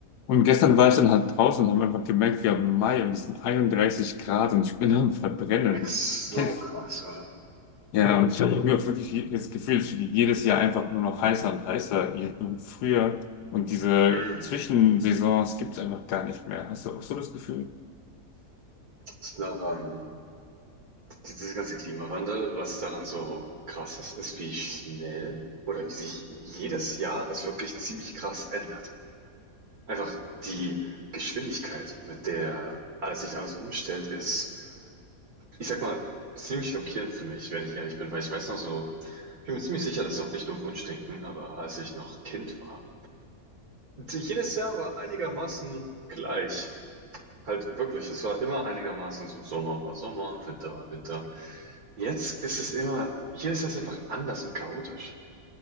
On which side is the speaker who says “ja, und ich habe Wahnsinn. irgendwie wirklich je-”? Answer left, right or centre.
Left